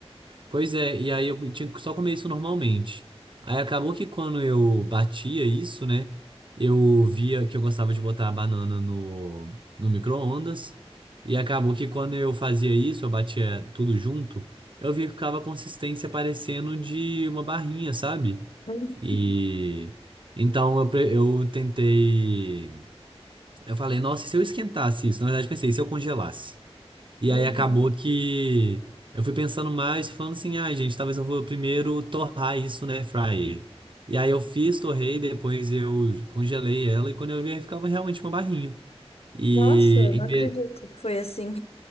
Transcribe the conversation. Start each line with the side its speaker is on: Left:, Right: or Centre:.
Right: Pois é, e aí eu tinha que só comer isso normalmente. Aí acabou que quando eu batia isso, né? Eu via que eu gostava de botar a banana no, no micro-ondas. E acabou que quando eu fazia isso, eu batia tudo junto, eu vi que ficava a consistência parecendo de uma barrinha, sabe?
Left: Uhum.
Right: E então eu, pre- eu tentei. Eu falei, nossa, e se eu esquentasse isso? Na verdade, pensei, e se eu congelasse? E
Left: Uhum.
Right: aí acabou que eu fui pensando mais, falando assim, ai, gente, talvez eu vou primeiro torrar isso, né, fryer. E aí eu fiz, torrei, depois eu congelei ela e quando eu vi, ficava realmente uma barrinha. E
Left: Nossa,
Right: em
Left: não acredito.
Right: vez-
Left: Que Foi assim.